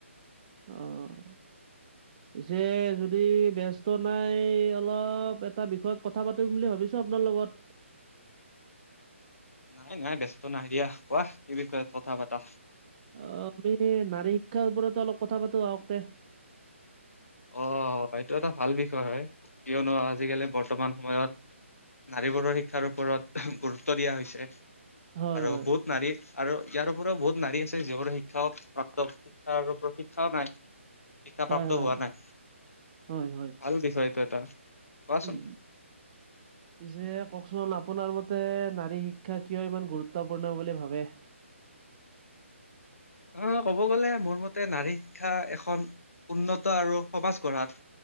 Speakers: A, on the right; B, on the left.
A: অঁ। পিছে যদি ব্যস্ত নাই অলপ এটা বিষয়ত কথা পাতিম বুলি ভাবিছোঁ আপোনাৰ লগত।
B: নাই নাই ব্যস্ত নাই দিয়া, কোৱা কি বিষয়ত কথা পাতা?
A: অঁ' আমি নাৰী শিক্ষাৰ ওপৰতে অলপ কথা পাতো আহকতে।
B: অঁ, এইটো এটা ভাল বিষয় হয় কিয়নো আজিকালি বৰ্তমান সময়ত- নাৰীবোৰৰ শিক্ষাৰ ওপৰত গুৰুত্ব দিয়া হৈছে
A: হয় হয়
B: আৰু
A: হয়
B: বহুত নাৰী আৰু ইয়াৰপৰিও বহুত নাৰী আছে যিবোৰ শিক্ষা প্ৰাপ্ত শিক্ষা আৰু প্ৰশিক্ষাও নাই শিক্ষা
A: হয়
B: প্ৰাপ্ত
A: হয়।
B: হোৱা নাই।
A: হয়, হয়।
B: ভাল বিষয় এইটো এটা। কোৱাচোন
A: উম। পিছে কওকচোন আপোনাৰ মতে নাৰী শিক্ষা কিয় ইমান গুৰুত্বপূৰ্ণ বুলি ভাবে?
B: অ', ক'ব গ'লে মোৰ মতে নাৰী শিক্ষা এখন উন্নত আৰু সমাজ গঢ়াত